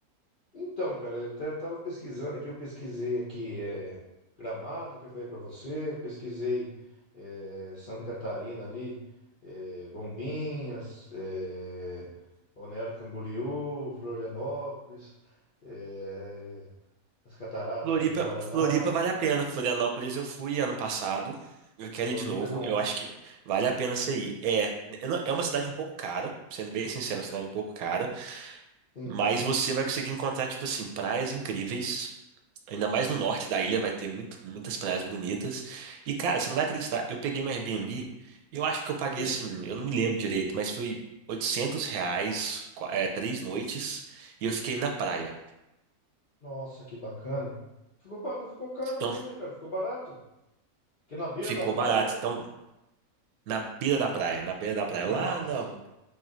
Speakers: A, on the left (about 45°); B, on the right (about 75°).
A: Então, cara, eu até tava pesquisando aqui, eu pesquisei aqui é, Gramado, que eu falei pra você, pesquisei é, Santa Catarina ali, é, Bombinhas, é, Balneário Camboriú, Florianópolis, é, as Cataratas
B: Floripa,
A: aqui no Paraná,
B: Floripa vale a pena. Florianópolis eu fui ano passado. Eu quero
A: Floripa
B: ir de novo.
A: é bom,
B: Eu
A: né?
B: acho que vale a pena você ir. É, eu não- é uma cidade um pouco cara, sendo bem sincero, é uma
A: Ca-
B: cidade um pouco cara,
A: Sim,
B: mas você vai conseguir encontrar, tipo assim, praias incríveis. Ainda mais no norte da ilha vai ter muito, muitas praias bonitas. E, cara, você não vai acreditar. Eu peguei uma Airbnb, eu acho que eu paguei
A: sim.
B: assim, eu não me lembro direito, mas foi 800 reais, qu- é, três noites, e eu fiquei na praia.
A: Nossa, que bacana. Ficou, ba- não ficou caro
B: Então,
A: não, né, cara? Ficou barato. Porque na beira
B: ficou
A: da praia
B: barato.
A: ali.
B: Então, Na beira da praia, na beira da praia,
A: Nossa.
B: lá, na-